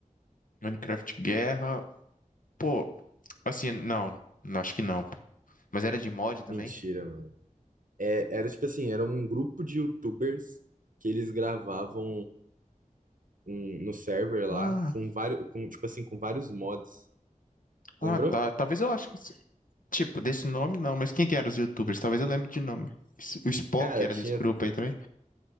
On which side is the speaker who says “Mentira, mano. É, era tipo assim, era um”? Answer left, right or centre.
Right